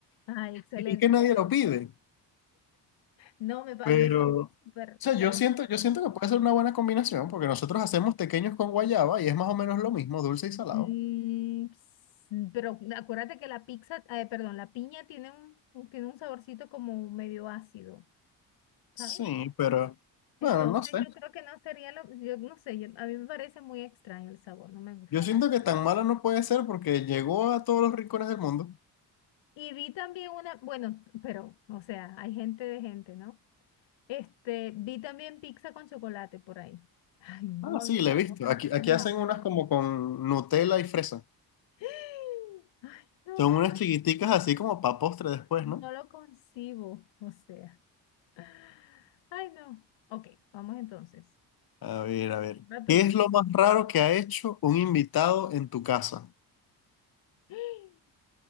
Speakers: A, on the left (about 80°); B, on the left (about 55°).
A: Ay, excelente.
B: Y es que nadie
A: ¿ves?
B: lo pide.
A: No, me, pa-
B: Pero,
A: a mí me parece
B: o
A: súper,
B: sea,
A: súper
B: yo siento,
A: asqueroso.
B: yo siento que puede ser una buena combinación porque nosotros hacemos pequeños con guayaba y es más o menos lo mismo, dulce y salado.
A: Mm, ps- pero acuérdate que la pizza, eh, perdón, la piña tiene un, un- tiene un saborcito como medio ácido, ¿sabes?
B: Sí, pero
A: Entonces
B: bueno, no sé.
A: yo creo que no sería lo, yo no sé, yo- a mí me parece muy extraño el sabor, no me gusta.
B: Yo siento que tan mala no puede ser porque llegó a todos los rincones del mundo.
A: Y vi también una, bueno, pero, o sea, hay gente de gente, ¿no? Este, vi también pizza con chocolate por ahí. <laughs> Ay, no,
B: Ah, sí,
A: a mí me
B: la he visto.
A: gusta-
B: Aquí, aquí
A: no.
B: hacen unas como con Nutella y fresa.
A: <gasps> Ay, no,
B: Son unas chiquiticas así como para postre después,
A: no
B: ¿no?
A: lo concibo, o sea. <gasps> Ay, no. Ok, vamos entonces.
B: A ver, a ver.
A: Va
B: ¿Qué
A: tú.
B: es lo más raro que ha hecho un invitado en tu casa?
A: <gasps>